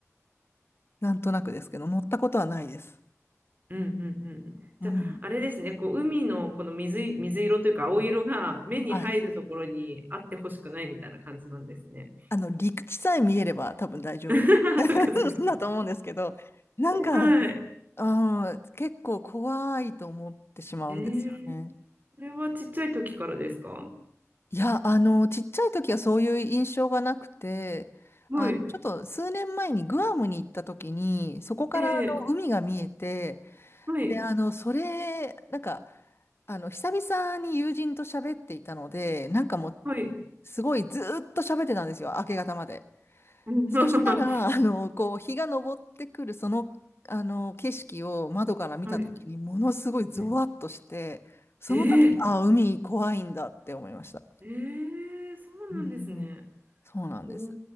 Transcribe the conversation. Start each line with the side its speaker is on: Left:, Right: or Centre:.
Left: なんとなくですけど、乗ったことはないです。
Right: うんうんうん。
Left: うん。
Right: じゃあ、あれですね、こう海のこの水い、水色というか青色が目に入るところにあってほしくないみたいな感じなんですね。
Left: はい。あの、陸地さえ見えれば多分大丈夫
Right: <laughs> そ
Left: <laughs>
Right: っかそっか。
Left: だと思うんですけど、なんか
Right: はい。
Left: うん、結構怖いと思ってしまうんですよね。
Right: えー、それはちっちゃい時からですか
Left: いや、あの、ちっちゃい時はそういう印象がなくて、
Right: はい。
Left: あ、ちょっと数年前にグアムに行った時に、そこからあの海が見えて、
Right: ええはい。
Left: で、あの、それ、なんか、あの、久々に友人と喋っていたので、なんかもう、
Right: はい。
Left: すごいずーっと喋ってたんですよ、明け方まで。
Right: うん
Left: そしたら、
Right: <laughs> は
Left: <laughs> あの、こう、日が昇ってくるその、あの、景色を窓から見たときに、
Right: い。
Left: ものすごいゾワッとして、
Right: はい
Left: その時、
Right: えー、
Left: にあ、海怖いんだって思いました。
Right: えー、そうなんですね。
Left: うん、そうなんです。
Right: お